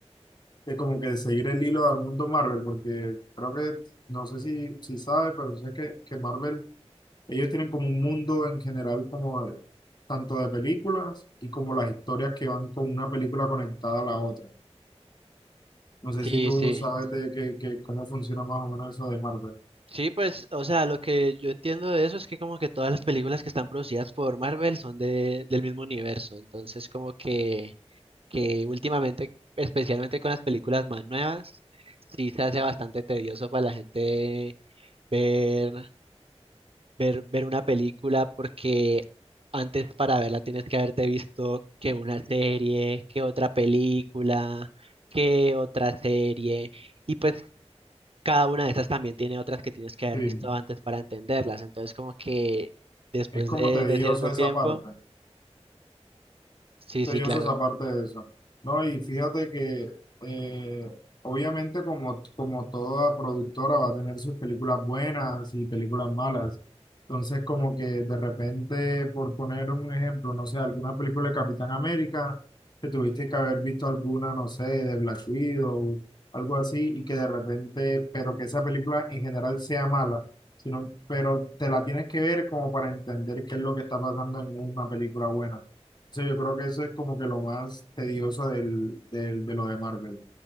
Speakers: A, on the left; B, on the right.
A: de como que seguir el hilo del mundo Marvel, porque creo que, no sé si, si sabes, pero sé que, que Marvel Ellos tienen como un mundo en general como de- tanto de películas y como las historias que van con una película conectada a la otra. No sé
B: Sí,
A: si tú
B: sí.
A: sabes de que, que- cómo funciona más o menos eso de Marvel.
B: Sí, pues, o sea, lo que yo entiendo de eso es que como que todas las películas que están producidas por Marvel son de, del mismo universo, entonces como que que últimamente, especialmente con las películas más nuevas, sí se hace bastante tedioso para la gente ver, ver, ver una película porque antes para verla tienes que haberte visto que una serie, que otra película, que otra serie, y pues cada una de esas también tiene otras que tienes que haber
A: Sí,
B: visto antes para entenderlas, entonces como que después
A: es como
B: de,
A: tedioso
B: de cierto
A: esa
B: tiempo,
A: parte.
B: sí,
A: Sellosa
B: sí, claro.
A: esa parte de eso. No, y fíjate que eh, obviamente como, como toda productora va a tener sus películas buenas y películas malas. Entonces como que de repente, por poner un ejemplo, no sé, alguna película de Capitán América, que tuviste que haber visto alguna, no sé, de Black Widow, algo así, y que de repente, pero que esa película en general sea mala, sino, pero te la tienes que ver como para entender qué es lo que está pasando en una película buena sea, yo creo que eso es como que lo más tedioso del, del, de lo de Marvel.